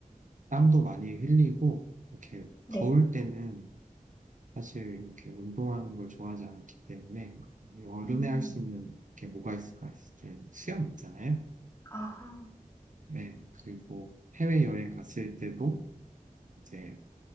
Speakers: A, on the right (about 65°); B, on the left (about 20°).
A: 땀도 많이 흘리고 이렇게
B: 네.
A: 더울 때는 사실 이렇게 운동하는 걸 좋아하지 않기 때문에 여름에
B: 음,
A: 할 수 있는 게 뭐가 있을까 했을 때 수영 있잖아요.
B: 아하.
A: 네, 그리고 해외여행 갔을 때도 이제